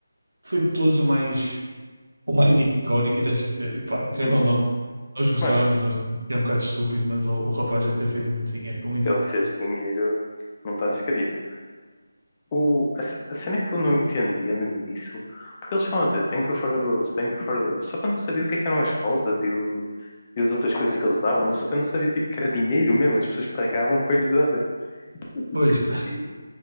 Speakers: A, on the right; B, on the left.
A: foi de todos o mais, o mais icónico e deve ser, e pá, querendo
B: Uhum.
A: ou não. Nós gozamos,
B: Mas
A: nós é um bocado estúpido, mas o, o rapaz deve ter feito muito dinheiro com isso.
B: ele fez dinheiro, não está escrito. O, a, c- a cena que eu não entendia no início, porque eles falam a dizer thank you for the rose, thank you for the rose, só que eu não sabia o que é que eram as rosas e, o, e as outras coisas que eles davam, eu Não sa- eu não sabia tipo que era dinheiro mesmo, as pessoas pagavam para lhe dar. Eu fui
A: Pois,
B: descobrir
A: <laughs>